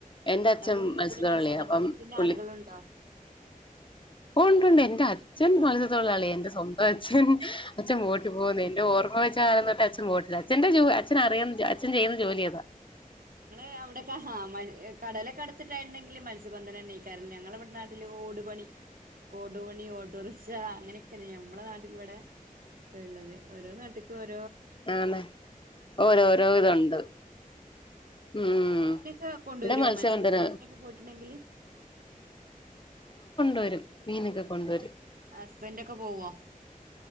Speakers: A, on the left; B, on the right.
A: എന്റെ അച്ഛൻ
B: നിങ്ങളെ കുടുംബത്തില്
A: മത്സ്യത്തൊഴിലാളിയാ
B: മത്സ്യബന്ധനത്തിന്റെ
A: അപ്പം പുള്ളി
B: ആളുകളുണ്ടോ
A: ഉണ്ട് ഉണ്ട് എന്റെ അച്ഛ് അച്ഛൻ മത്സ്യത്തൊഴിലാളിയാ എന്റെ സ്വന്തം അച്ഛൻ അച്ഛൻ ബോട്ടിൽ പോകുന്ന്യാ എൻ്റെ ഓർമ്മവെച്ച കാലം തൊട്ട് അച്ഛൻ ബോട്ടിലാ അച്ഛൻ്റെ ജോ അച്ഛൻ അറിയ അച്ഛൻ ചെയ്യുന്ന ജോലിയതാ
B: ഇങ്ങള് അവിടൊക്കെ ഹാമ കടലൊക്കെ അടുത്തിട്ടായിണ്ടെങ്കില് മത്സ്യ മത്സ്യബന്ധനാണികാറില്ല ഞങ്ങടെ നാട്ടില് ഓടു പണി ഓടുപണി ഓട്ടോറിക്ഷ അങ്ങനൊക്കെയാണ് ഞമ്മളെ നാട്ടില് ഇവടെ എള്ളത് ഓരോ നാട്ടിക്കും ഓരോ
A: ആന്നെ ഓരോരോ ഇതുണ്ട് ഉം
B: എ മീനൊക്കെ കൊണ്ടുവരോ
A: ഇവിടെ മത്സ്യബന്ധനം
B: മത്സ്യബന്ധനത്തിനൊക്കെ പോയിട്ടുണ്ടെങ്കില്
A: വരും മീനൊക്കെ കൊണ്ടുവരും
B: ഹസ്ബൻഡൊക്കെ പോവോ